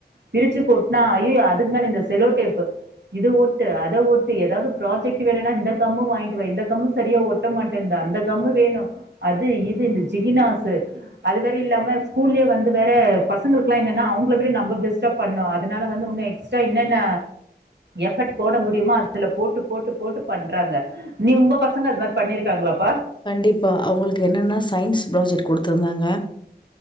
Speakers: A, on the right; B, on the left.
A: பிரிச்சு கொட்னா ஐயோ அதுக் மேல இந்த செலோடேப்பு இது ஒட்டு அத ஒட்டு ஏதாவ்து ப்ராஜெக்ட் வேணுனா இந்த கம்மு வாய் ன்ட்டு வா இந்த கம்மு சரியா ஒட்ட மாட்டேன்து அந்த கம்மு வேணு அது இது இந்த ஜிகினாசு அது வேற இல்லாம ஸ்கூல்லயே வந்து வேற பசங்களுக்குல்லா என்னன்னா அவ்ங்கள விட நம்ப பெஸ்டா பண்ணு அதுனால வந்து உன்னு எக் க்ஸ்ட்ரா என்னென்ன எஃபட் போட முடியுமோ அத்துல போட்டு போட்டு போட்டு பண்றாங்க நீ உங்க பசங்க அது மாரி பண்ணிருக்காங்ளாப்பா
B: கண்டிப்பா அவ்ங்களுக்கு என்னென்னா சயின்ஸ் ப்ராஜெக்ட் குடுத்ருந்தாங்க